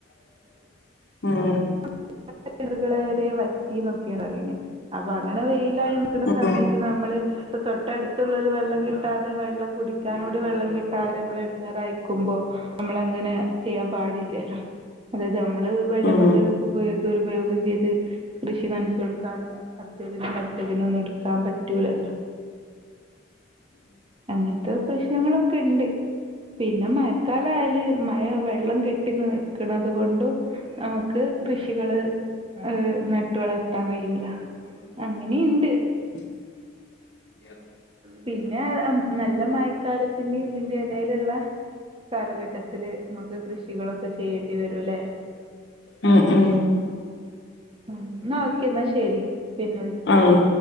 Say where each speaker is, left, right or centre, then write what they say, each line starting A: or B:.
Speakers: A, on the left; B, on the right.
A: ഉം
B: <unintelligible> കെണറ്കള് വരെ വറ്റീന്നൊക്കെയാ പറയണെ അപ്പൊ അങ്ങനെ വെയിലായി നിക്കണ
A: ഉം
B: സമയത്ത് നമ്മള് ഇപ്പൊ തൊട്ടട്ത്തുള്ളോല് വെള്ളം കിട്ടാതെ വെള്ളം കുടിക്കാനൂടി വെള്ളം കിട്ട് ട്ടാതെ ഇമ്മള് എടങ്ങാറയിക്കുമ്പോ അമ്മളങ്ങനെ ചെയ്യാൻ പാടില്ലല്ലോ അതായത് നമ്മള് വെള്ളം
A: ഉം
B: കൊണ്ട് ഉപ് ദുരുപയോഗം ചെയ്ത് കൃഷി നനച്ചൊട്ക്കാനും <unintelligible> മറിച്ചതിനും ഒന്നും ഇട്ക്കാൻ പറ്റൂലല്ലോ അങ്ങൻത്ത് പ്രശ്നങ്ങളൊക്കെ ഇണ്ട് പിന്നെ മയക്കാലായാല് മയ വെള്ളം കെട്ടി നിക്കണത് കൊണ്ടും നമക്ക് കൃഷികള് ഏഹ് നട്ട് വളർ ത്താൻ കയൂല അങ്ങനിം ഇണ്ട്
A: <inaudible>
B: പിന്നെ എം നല്ല മഴക്കാലത്തിന്റെ ഇതിൻ്റെം എടേല്ള്ള കാലഘട്ടത്തില് ഇമ്മക്ക് കൃഷികളൊക്കെ ചെയ്യേണ്ടി വരുല്ലേ
A: ഉം ഉം
B: ഉം ഇന്നാ ഓക്കെ ഇന്നാ ശെരി പിന്നെ വിളിച്ചാ
A: ആഹ്